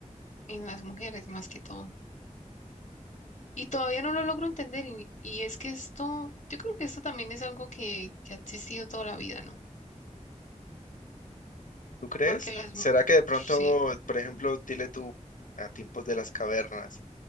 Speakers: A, on the left; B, on the left.
A: en las mujeres más que todo. Y todavía no lo logro entender y, y es que esto, yo creo que esto también es algo que, que ha existido toda la vida, ¿no?
B: ¿Tú crees?
A: Porque las,
B: ¿Será
A: mu-
B: que de pronto,
A: sí,
B: por ejemplo, dile tú a tiempos de las cavernas,